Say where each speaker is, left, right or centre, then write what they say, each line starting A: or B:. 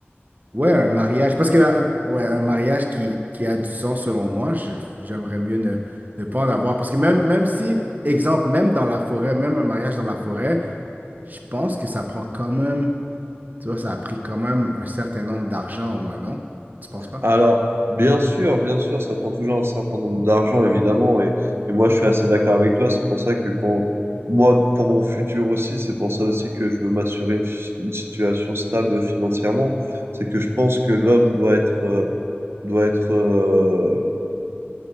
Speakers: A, on the right (about 40°); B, on the right (about 70°).
A: ouais, un mariage, parce que, euh, ouais, un mariage qui, qui a du sens selon moi, je- j'aimerais mieux ne, ne pas en avoir, parce que même, même si, exemple, même dans la forêt, même un mariage dans la forêt, Je pense que ça prend quand même, tu vois, ça a pris quand même un certain nombre d'argent au moins, non? Tu penses pas?
B: Alors, bien sûr, bien sûr, ça prend toujours un certain nombre d'argent, évidemment, et, et moi, je suis assez d'accord avec toi. C'est pour ça que quand, moi, pour mon futur aussi, c'est pour ça aussi que je veux m'assurer une, fi- une situation stable financièrement. C'est que je pense que l'homme doit être, euh, doit être euh,